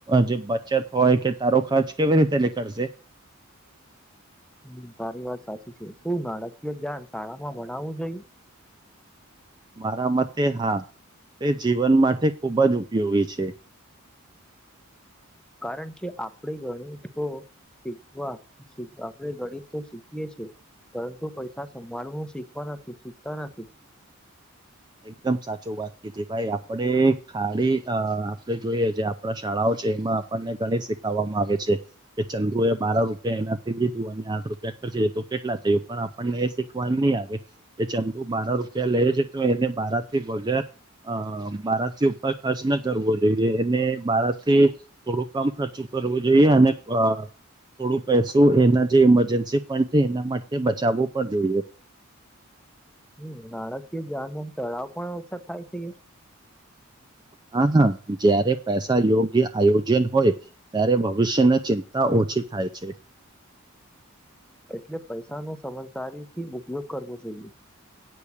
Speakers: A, on the right (about 20°); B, in the centre.
A: જે બચત હોય કે. તારો ખર્ચ કેવી ને તલે કરશેે.
B: હ તારી વાત સાચી છે શું નાણાકીય જ્ઞાન શાળામાં ભણાવવું જોઈએ.
A: મારા મતે હા તે જીવન માટે ખુબ જ ઉપયોગી છે.
B: કારણ કે આપણે ગણી તોો. શીખવા આપણે ગણિત તો શીખીયએ છ છેએ. પરંતુ પૈસા સંભાળવું હું શીખવા નથી શીખતા નથી.
A: એકદમ સાચું વાત કીધી ભાઈ આપડે ખાડી અ આપે જોઈએ જે. આપણા શાળાઓ છે એમાં આપણને ઘણી શીખવામાં આવે છે કે ચંદુ એ બાર રૂપિયા એના. લીધું અને આઠ રૂપિયા્ટ તો કેટલા થયું પણ આપણને એ શીખવાનું નહી આવે. એ ચંદુ બારા રૂપિયા લે છે તો એને બાર થી વગાર અ. બાર થી ઉપર ખર્ચ ન કરવો જોઈએ એને બારથી. થોડુંક કામ ખર્ચું કરવો જોઈએ અને. અ થોડું પૈસું એના જે ઈમરજન્સી પણ છે એના માટે બચાવવું પણ જોઈએ.
B: હમ નાણાકીય જ તળાવ પણ ઓછા થાય છે.
A: હા હા. જયારે પૈસા યોગ્ય આયોજન હોય ત્યારે ભવિષ્યની ચિંતા ઓછી થાય છે.
B: એટલે પૈસા નો સમજદારી થી ઉપયોગ કરવો જોઈએ.